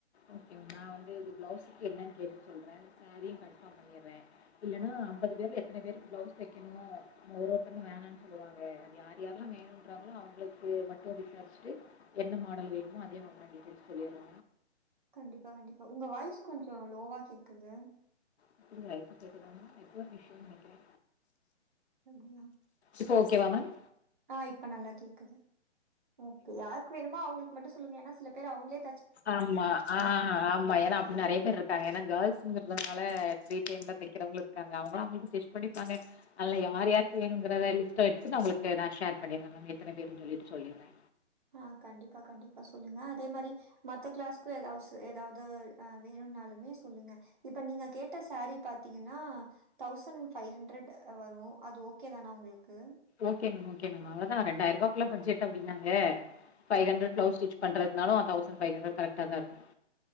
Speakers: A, on the left; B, on the right.
A: okay ma'am நா வந்து இது பிளவுஸுக்கு என்னன் கேட்டுட் சொல்றே சாரியு கன்ஃபாம் பண்ணீர்றே இல்லனா அம்பது பேர்ல எத்தன பேருக்கு பிளவுஸ் தெக்கணு ஒரு ஒருத்தங்க வேணான் சொல்லுவாங்க அது யாரு யார்ல்லா வேணுறாங்ளோ அவுங்களுக்கு மட்டு விசார்ச்சிட்டு என்ன மாடல் வேணுமோ அதே மாடல்ல டீட்டெய்ல்ஸ் சொல்லீர்றே
B: கண்டிப்பா கண்டிப்பா உங்க வாய்ஸ் கொஞ்சோ லோவா கேக்குது
A: அப்டிங்களா இப்ப கேக்குதா மேம் நெட்வொர்க் இஷ்ஷுன் நெனைக்கிறே
B: அப்டியா
A: இப்ப ஓகேவா மேம்
B: ஆ இப்ப நல்லா கேக்குது ஓகே யாருக்கு வேணுமோ அவுங்களுக்கு மட்டு சொல்லுங்க ஏனா சில பேர் அவுங்ளே
A: ஆமா ஆ ஆமா ஏனா அப்டி
B: அதனா
A: நெறைய பேர்ருக் காங்க ஏனா கேள்ஸுங்கறதுனால ஃப்ரீ டைம்ல தெக்கிறவங்களு இர்க்காங்க அவுங்கலா அவுங்களுக்கு ஸ்டிச் பண்ணிப்பாங்க அதுல யார் யாருக்கு வேணுங்கறத லிஸ்ட்டா எடுத்துட் நா உங்களுக்கு நா ஷேர் பண்ணீர்றே மேம் எத்தன பேருன் சொல்லீட்டு சொல்லீர்றே
B: ஆ கண்டிப்பா கண்டிப்பா சொல்லுங்க அதே மாரி மத்த கிளாஸ்க்கு எதாவ் சு எதாவ்து ஆ வேணுன்னாலுமே சொல்லுங்க இப்ப நீங்க கேட்ட சாரி பாத்தீங்கன்னா தௌசண்ட் ஃபைவ் ஹண்ட்ரட் வரும் அது ஓகே தானா உங்களுக்கு
A: ஓகே மேம் ஓகே மேம் அவளதான் ரெண்டாயரூபாக்குள்ள பட்ஜெட்டு அப்டின்னாங்க பைவ் ஹண்ட்ரட் பிளவுஸ்
B: ஓ!
A: ஸ்டிச் பண்றதுக் குனாலும் தௌசண்ட் ஃபைவ் ஹண்ட்ரட் கரெக்ட்டா தான் இருக்கும்